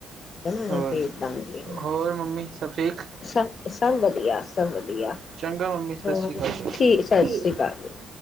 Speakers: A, on the left; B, on the right.
A: ਕਿਆ ਨਾ ਮੈਂ
B: ਹੋਰ
A: ਪੇਜ ਦਾਂਗੀ।
B: ਹੋਰ ਮੰਮੀ ਸਭ ਠੀਕ
A: ਸਭ-ਸਭ ਵਧੀਆ, ਸਭ ਵਧੀਆ,
B: ਚੰਗਾ ਮੰਮੀ ਸਤਿ
A: ਹਮ
B: ਸ਼੍ਰੀ ਅਕਾਲ ਫਿਰ।
A: ਠੀ ਸਾਸਰੀ
B: ਠੀਕ
A: ਕਾਲ ਜੀ।